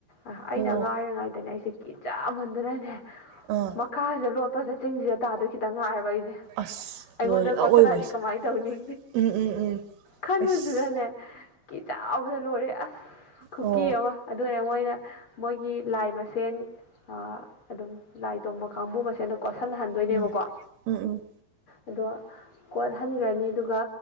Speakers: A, on the left (about 30°); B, on the right (about 80°).
A: ꯑ ꯑꯩꯅ
B: ꯑꯣ
A: ꯑꯉꯥꯡ ꯑꯣꯏꯔꯤꯉꯩꯗꯅꯦ ꯑꯩꯁꯦ ꯀꯤꯖꯥꯃꯟꯗꯅꯅꯦ
B: ꯑꯥ
A: ꯃꯈꯥꯗ ꯂꯣꯠꯄꯗ ꯆꯤꯡꯖꯤꯗ ꯇꯥꯗꯣꯏ ꯈꯤꯇꯪ ꯉꯥꯏꯔꯕ ꯑꯩꯖꯦ
B: ꯑꯁ
A: ꯑꯩꯉꯣꯟꯗ
B: ꯂꯣꯏ
A: ꯀꯣꯠꯁꯤꯜꯂꯛꯑꯗꯤ
B: ꯑꯑꯣꯏꯕꯁꯦ
A: ꯀꯃꯥꯏ ꯇꯧꯅꯤ
B: ꯎꯝ ꯎꯝ ꯎꯝ
A: ꯈꯟꯕꯖꯤꯗꯅꯦ
B: ꯑꯁ
A: ꯀꯤꯖꯕꯗ ꯂꯣꯏꯔꯦ ꯑꯁ ꯈꯨꯀꯤ
B: ꯑꯣ
A: ꯑꯃ ꯑꯗꯨꯅ ꯃꯣꯏꯅ ꯃꯣꯏꯒꯤ ꯂꯥꯏ ꯃꯁꯦꯟ ꯑꯥ ꯑꯗꯨꯝ ꯂꯥꯏ ꯇꯣꯡꯕ ꯀꯥꯡꯕꯨ ꯃꯁꯦꯟ ꯀꯣꯁꯜꯍꯟꯗꯣꯏꯅꯦꯕꯀꯣ
B: ꯎꯝ ꯎꯝ ꯎꯝ
A: ꯑꯗꯣ ꯀꯣꯠꯍꯟꯒ꯭ꯔꯅꯤ ꯑꯗꯨꯒ